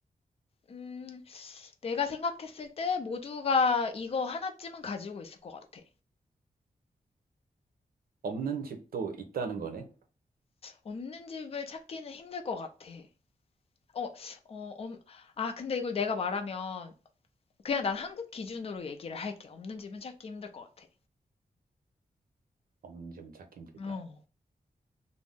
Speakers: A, on the left; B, on the right.
A: 음, 내가 생각했을 때 모두가 이거 하나쯤은 가지고 있을 것 같아.
B: 없는 집도 있다는 거네?
A: 없는 집을 찾기는 힘들 것 같아. 어, 어, 엄, 아, 근데 이걸 내가 말하면 그냥 난 한국 기준으로 얘기를 할게. 없는 집은 찾기 힘들 것 같아.
B: 없는 집은 찾기 힘들다.
A: 어,